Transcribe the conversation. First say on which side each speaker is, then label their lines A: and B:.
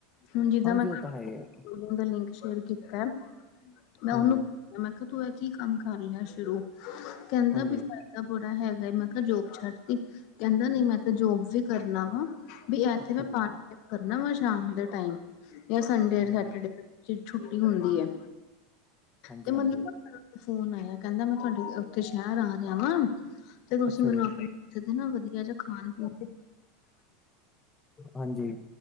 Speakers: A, on the left; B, on the left.
A: ਹੁਣ ਜਿੱਦਾਂ
B: ਹਾਂਜੀ
A: ਮੈਂ
B: ਉਹ
A: ਤੁਹਾਨੂੰ
B: ਤਾਂ ਹੈ ਹੀ ਹੈ
A: ਦਾ ਲਿੰਕ ਸ਼ੇਅਰ ਕੀਤਾ। ਮੈਂ
B: ਹਾਂਜੀ
A: ਉਹਨੂੰ ਮੈਂ ਕਿਹਾ ਤੂੰ ਇਹ ਕੀ ਕੰਮ ਕਰ ਲਿਆ ਸ਼ੁਰੂ ਕਹਿੰਦਾ
B: ਹਾਂਜੀ
A: ਬੀ ਤਾਂ ਬੜਾ ਹੈਗਾ ਐ ਮੈਂ ਕਿਹਾ ਜੋਬ ਛੱਡ ਤੀ ਕਹਿੰਦਾਂ ਨਹੀਂ ਮੈਂ ਤਾਂ ਜੋਬ ਵੀ ਕਰਨਾ ਵਾ। ਬਈ ਇਥੇ
B: ਅੱਛਾ
A: ਨਾ
B: ਜੀ
A: ਪਾਰਟ ਟਾਈਮ ਕਰਨਾ ਵਾ ਸ਼ਾਮ ਦੇ ਟੈਮ ਜਾਂ ਸੰਡੇ
B: ਹਾਂਜੀ
A: ਸੈਟਰਡੇ ਜਿਹੜੀ ਛੁੱਟੀ ਹੁੰਦੀ ਹੈ
B: ਹਾਂਜੀ
A: ਤੇ
B: ਹਾਂਜੀ
A: ਮੰਨੂ ਨਾ ਫੋਨ ਆਇਆ ਕਹਿੰਦਾ ਮੈਂ ਤੁਹਾਡੇ ਉਥੇ ਸ਼ਹਿਰ ਆ ਰਿਹਾ ਵਾਂ। ਤੇ ਤੁਸੀ
B: ਅੱਛਾ
A: ਮੈਨੂੰ
B: ਜੀ
A: ਆਪਣੇ ਜਿਹਦੇ ਨਾ ਵਧੀਆ ਜਾਂ ਖਾਣ ਪੀਣ
B: ਹਾਂਜੀ